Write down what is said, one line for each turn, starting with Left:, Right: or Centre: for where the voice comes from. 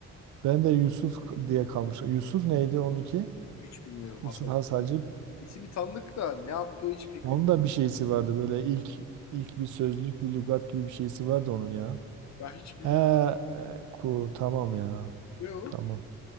Right: Ben de Yusuf k- diye kalmış. Yusuf neydi onunki?
Left: Hiç bilmiyorum Hasan.
Right: Yusuf Has Hacip.
Left: Yani ismi tanıdık da ne yaptığı hiç fikrim
Right: Onun
Left: yok.
Right: da bir şeysi vardı böyle ilk ilk bir sözlük bir lügat gibi bir şeysi vardı onun ya.
Left: Ben hiç bilmiyorum.
Right: He, e, ku tamam ya.
Left: Ne o?
Right: Tamam.